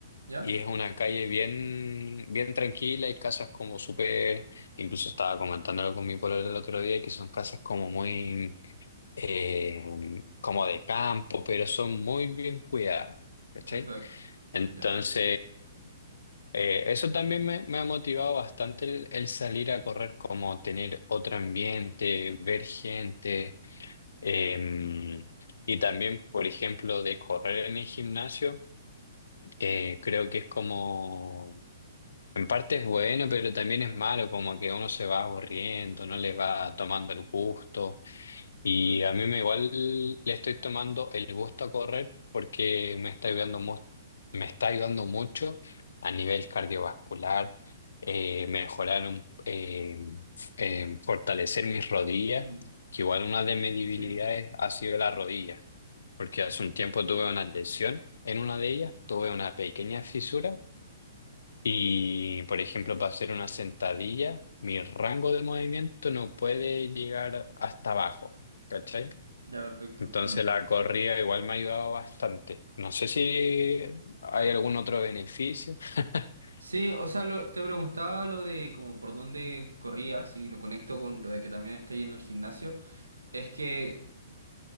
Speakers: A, on the right; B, on the left.
A: ¿Ya?
B: y es una calle bien, bien tranquila y casas como súper, incluso estaba comentándolo con mi pueblo el otro día, que son casas como muy eh, como de campo, pero son muy bien cuidadas, ¿cachai?
A: Perfecto.
B: Entonces,
A: Ya.
B: eh, eso también me, me ha motivado bastante el, el salir a correr, como tener otro ambiente, ver gente, eh, y también, por ejemplo, de correr en el gimnasio, eh, creo que es como... En parte es bueno, pero también es malo, como que uno se va aburriendo, no le va tomando el gusto. Y
A: Mm,
B: a mí me igual le estoy tomando el gusto a correr porque me está ayudando, mu- me está ayudando mucho a nivel cardiovascular, eh, mejorar, un- eh, eh, fortalecer mis rodillas,
A: mm,
B: que igual una de mis debilidades
A: sí.
B: ha sido la rodilla, porque hace un tiempo tuve una lesión en una de ellas, tuve una pequeña fisura y, por ejemplo, para hacer una sentadilla, mi rango de movimiento no puede llegar hasta abajo. ¿Cachai?
A: Ya, perfecto.
B: Entonces
A: Mm.
B: la corrida igual me ha ayudado bastante. No sé si hay algún otro beneficio. <laughs>
A: Sí, o sea, lo- te preguntaba lo de como por dónde corrías y lo conecto con lo de que también está yendo al gimnasio. Es que